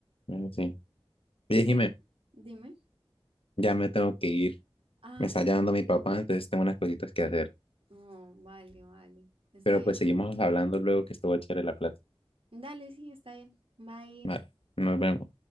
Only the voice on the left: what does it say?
bueno, sí. Oye,
Jimé,
ya me tengo que ir.
Me está llamando mi papá, entonces tengo unas cositas que hacer.
Pero
pues seguimos hablando luego que estuvo chévere la plata.
Vale, nos vemos.